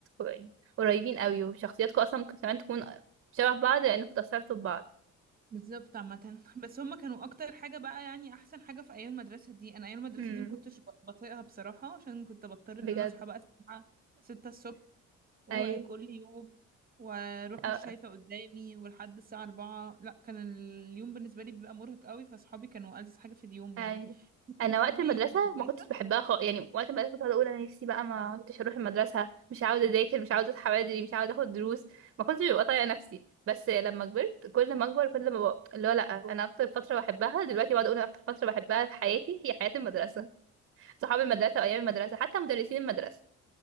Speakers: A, on the right (about 45°); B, on the right (about 30°).
A: يعني قريبين قوي وشخصياتكم اصلا ممكن كمان تكون شبه بعض لانكم اتأثرتوا ببعض
B: بالظبط عامة بس هم كانوا اكتر حاجة بقى يعني احسن حاجة في ايام المدرسة دي انا ايام المدرسة
A: امم
B: دي ما كنتش ب- بطيقها بصراحة عشان كنت بضطر ان
A: بجد
B: انا اصحى بقى الساعة 6 الصبح وكل
A: ايوه
B: يوم واروح
A: أه.
B: مش شايفة قدامي ولحد الساعة أربعة لا كان اليوم بالنسبة لي بيبقى مرهق قوي فصحابي كانوا ألذ حاجة في اليوم يعني
A: ايوه
B: كنت
A: انا
B: بتحبي
A: وقت المدرسه
B: المدرسة
A: ما كنتش بحبها خالص يعني وقت المدرسه كنت قاعده اقول انا نفسي بقى ما كنتش اروح المدرسه مش عاوزه اذاكر مش عاوزه اصحى بدري مش عاوزه اخد دروس ما كنتش ببقى طايقه نفسي بس لما كبرت كل ما اكبر كل ما بقى اللي هو لا انا اكتر فتره بحبها دلوقتي بقعد اقول انا اكتر فتره بحبها في حياتي هي حياه المدرسه صحاب المدرسة وأيام المدرسة حتى مدرسين المدرسة